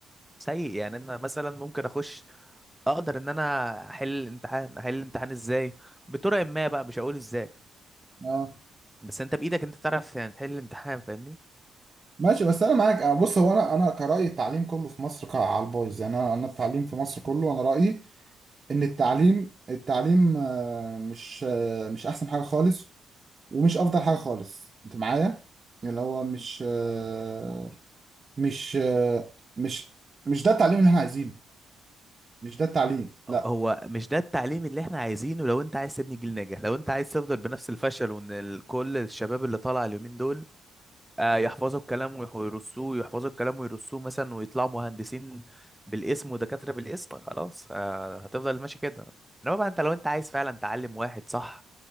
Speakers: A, in the centre; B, on the right (about 35°).
A: سيء يعني انا مثلا ممكن اخش اقدر ان انا احل امتحان احل الامتحان ازاي بطرق ما بقى مش هقول ازاي
B: اه
A: بس انت بايدك انت تعرف يعني تحل الامتحان فاهمني
B: ماشي بس انا معاك آه، بص هو انا انا كرايي التعليم كله في مصر ك- على البايظ يعني انا انا التعليم في مصر كله انا رايي ان التعليم التعليم آه، مش آه، مش احسن حاجه خالص ومش افضل حاجه خالص انت معايا اللي هو مش آه، مش آه، مش مش ده التعليم اللي احنا عايزينه مش ده التعليم لا
A: هو مش ده التعليم اللي احنا عايزينه لو انت عايز تبني جيل ناجح لو انت عايز تفضل بنفس الفشل وان ال- كل الشباب اللي طالع اليومين دول آه، يحفظوا الكلام ويح- ويرصوه يحفظوا الكلام ويرصوه مثلا ويطلعوا مهندسين بالاسم ودكاترة بالاسم خلاص آه، هتفضل ماشي كده انما بقى انت لو انت عايز فعلا تعلم واحد صح